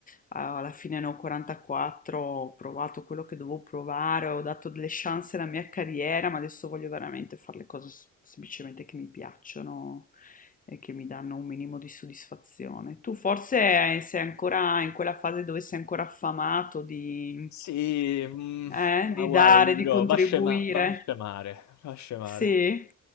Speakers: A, on the left (about 25°); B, on the left (about 65°).
A: a- alla fine ne ho 44, ho provato quello che dovevo provare, ho dato delle chance alla mia carriera, ma adesso voglio veramente fare le cose s- semplicemente che mi piacciono e che mi danno un minimo di soddisfazione. Tu forse sei ancora in quella fase dove sei ancora affamato di,
B: Sì, mm,
A: eh,
B: ma
A: di
B: guarda,
A: dare,
B: ti dirò,
A: di contribuire.
B: va a scema- va a scemare, va a scemare.
A: Sì.